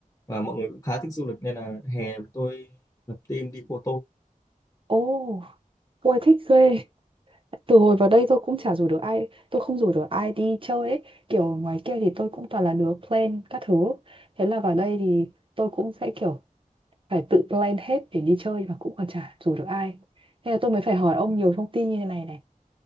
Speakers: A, on the left; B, on the right.
A: và mọi người cũng khá thích du lịch nên là hè tôi lập team đi Cô
B: ồ ôi thích ghê từ hồi vào đây tôi cũng chả rủ được ai tôi không rủ được ai đi chơi ấy kiểu ngoài kia thì tôi cũng toàn là đứa plan các thứ thế là vào đây thì tôi cũng sẽ kiểu phải tự plan hết để đi chơi mà cũng còn chả rủ được ai thế là tôi mới phải hỏi ông nhiều thông tin như thế này này